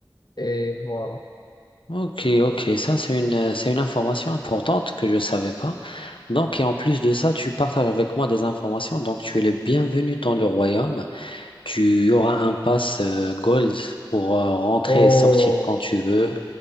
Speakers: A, on the left (about 55°); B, on the left (about 85°).
A: et voilà.
B: Ok, ok. Ça c'est une, euh, c'est une information importante que je savais pas. Donc et en plus de ça, tu partages avec moi des informations. Donc tu es le bienvenu dans le royaume. Tu auras un pass euh, gold pour euh, rentrer
A: Oh,
B: et sortir quand tu veux.